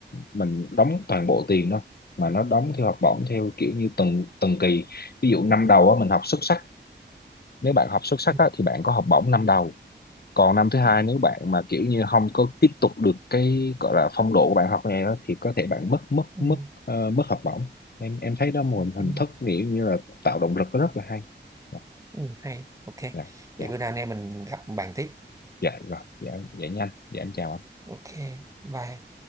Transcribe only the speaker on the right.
ừ,
ừ,
ừ,
ừ,
ừ, hay ok
vậy
bữa nào anh em mình gặp bàn tiếp
ok bye